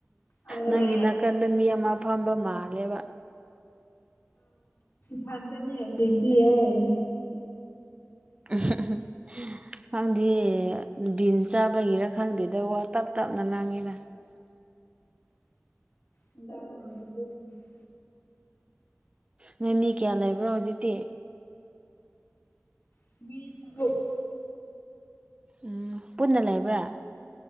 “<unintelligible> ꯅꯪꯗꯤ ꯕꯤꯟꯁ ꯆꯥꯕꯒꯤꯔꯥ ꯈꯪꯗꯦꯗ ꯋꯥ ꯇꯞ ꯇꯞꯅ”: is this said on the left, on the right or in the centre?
Right